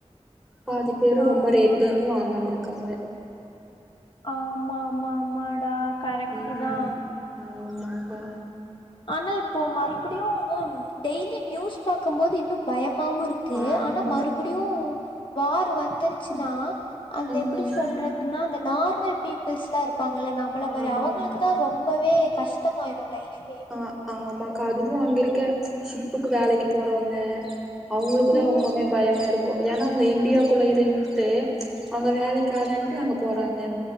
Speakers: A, in the centre; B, on the left.
A: பாதி பேரு ரொம்ப
B: ஆமா
A: ரேட்டுன்னு வாங்காம இருக்காங்க
B: ஆமா ஆமா ஆமாடா கரெக்ட்
A: ம்
B: தா
A: ஆமாக்கா
B: ஆனா இப்போ மறுபடியு டெய்லி நியூஸ் பாக்கம்போது இன்னு பயமாவு இருக் கு
A: ஆமாக்கா
B: ஆனா மறுபடியு வார் வந்துருச்சுன்னா அந்த
A: ம்
B: எப்டி
A: ம்
B: சொல்ற துன்னா அந்த நார்மல் பீப்புள்ஸ்லா இருப்பாங்கள்ல நம்மள மாரி
A: ஆமாமா
B: அவுங்களுக்கு தா ரொம்பவே கஷ் டமா ஆயிரு ஃலைபே
A: அ ஆமாக்கா அதுவு அங்க இருக்க ஷிப்புக்கு வேலைக்கு போறவங்க அவுங்களுக்கு தா
B: ம்
A: ரொம்பவே பயமா இருக்கு ஏனா அவுங்க இந்தியாக்குள்ள இருந்துட்டு அவுங்க வேலைக்காதன்ட்டு அங்க போறாங்க